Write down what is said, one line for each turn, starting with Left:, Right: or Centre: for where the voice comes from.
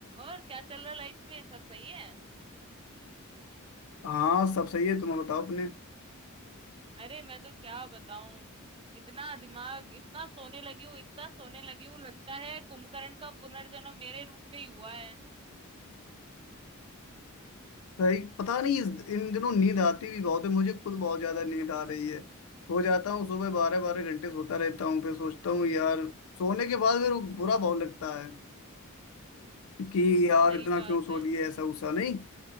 Right: और क्या चल रहा है लाइफ में सब सही है
Left: हाँ सब सही है तुम बताओ अपने
Right: अरे मैं तो क्या बताऊं इतना दिमाग इतना सोने लगी हूँ इतना सोने लगी हूँ लगता है कुंभकर्ण का पुनर्जन्म मेरे रूप में ही हुआ है
Left: सही पता नहीं इस- इन दिनों नींद आती भी बहुत है मुझे खुद बहुत ज्यादा नींद आ रही है सो जाता हूँ सुबह बारह बारह घंटे सोता रहता हूँ फिर सोचता हूँ यार सोने के बाद फिर बुरा बहुत लगता है कि
Right: भाई
Left: यार
Right: सही
Left: इतना
Right: बात
Left: क्यों सो
Right: है
Left: लिए ऐसा गुस्सा नहीं